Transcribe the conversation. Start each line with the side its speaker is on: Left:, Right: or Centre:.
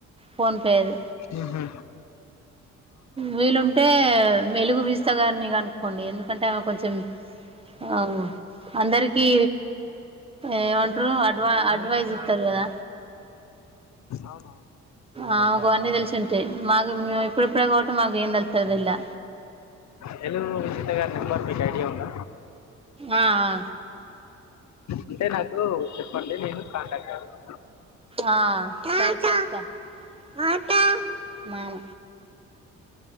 Right: ఫోన్ పేది.
Left: ఊహూ
Right: వీలుంటే. వెలుగు విస్తగానే గాను. కొండి ఎందుకంటే ఆమె కొంచెం ఆ అందరికీ ఏమంటారు. అడ్వా అడ్వైస్ ఇతారు కదా
Left: అవును
Right: అవన్నీ తెలిసి ఉంటాయి మాకు ఇప్పు ఇప్పుడు కొంటాం. మాకు ఏం తెల్తలే ఇలా.
Left: హలో విజిత గారి నెంబర్ మీకు ఐడియా ఉంద.
Right: ఆ ఆ
Left: అంటే నాకు చెప్పండి నేను కాంటాక్ట్ అవుతా.
Right: ఆ తర్వాత చెప్తాను మామ